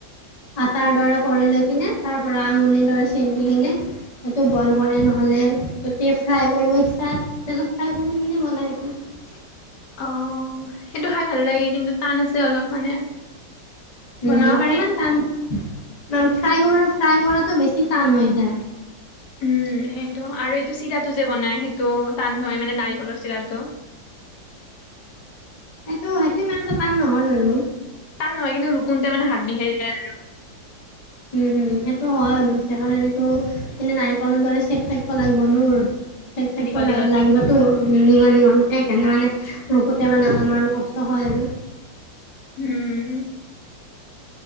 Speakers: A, on the left (about 45°); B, on the left (about 70°).
A: আ তাৰ দৰে কৰি লৈ কিনে তাৰ পৰা আঙুলি দৰে চেপ দি কিনে সেইটো বইল কৰে নহ'লে ত ফ্ৰাই কৰিব ইচ্ছা ফ্ৰাই কৰি কিনে বনাই স <inaudible>
B: অ সেইটো খাই ভাল লাগে কিন্তু টান আছে অলপ মানে,
A: উম
B: বনাব
A: অকমান
B: পাৰি
A: টান ম ফ্ৰাই কৰা ফ্ৰাই কৰাটো বেছি টান হৈ যায়
B: উম সেইটো আৰু এইটো চিৰাটো যে বনাই সেইটো তাটো টান নহয় মানে নাৰিকলৰ ছিলাৰটো
A: এইটো সেইটো মানটা টান নহয় আৰু
B: তাত নহয় কিন্তু ৰুকোতে মানে হাত বিষাই যাই আৰু
A: উম হম সেইটো হয় কাৰণে এনেো এনেে নাৰিকলৰ দৰে চেফ থাকিব লাগিব নোৰ, চেক ঠেক
B: দীঘল
A: টো লাগিবতো
B: দীঘলকে
A: নিঙল নিঙল সেইকাৰণে মানে ৰখোতে মানে অলপমান কষ্ট হয় আৰু।
B: উম।